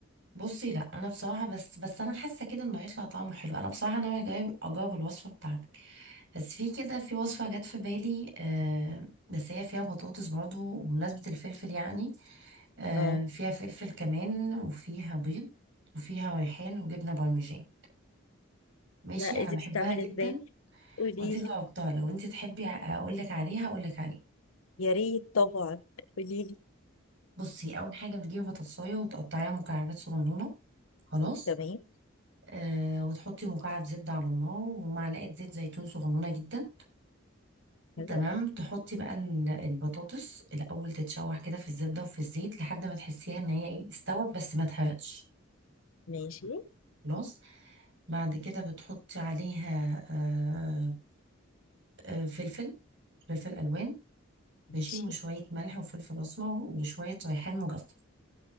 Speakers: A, on the right; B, on the left.
A: بصي لا انا بصراحه بس بس انا حاسه كده انه هيطلع طعمه حلو انا بصراحه انا جايب اجاوب الوصفه بتاعتك بس في كده في وصفه جت في بالي آه بس هي فيها بطاطس برضو بمناسبه الفلفل يعني آه
B: اه
A: فيها فلفل كمان وفيها بيض وفيها ريحان وجبنه بارميجان ماشي
B: لا
A: انا
B: إيه دي
A: بحبها
B: بتتعمل
A: جدا
B: ازاي قوليلي
A: ودي جربتها لو انت تحبي اقول لك عليها اقول لك عليها
B: يا ريت طبعا قوليلي
A: بصي اول حاجه بتجيبي بطاطسايه وتقطعيها مكعبات صغنونه خلاص
B: تمام
A: آه وتحطي مكعب زبدة على النار ومعلقة زيت زيتون صغنونة جدا
B: حلو
A: تمام تحطي بقى ال- البطاطس الأول تتشوح كده في الزبدة وفي الزيت لحد ما تحسيها إن هي إيه استوت بس ما اتحرقتش
B: ماشي
A: خلاص بعد كده بتحطي عليها آه آه فلفل فلفل ألوان
B: ماشي
A: ماشي وشوية ملح وفلفل أسمر وشوية ريحان مجفف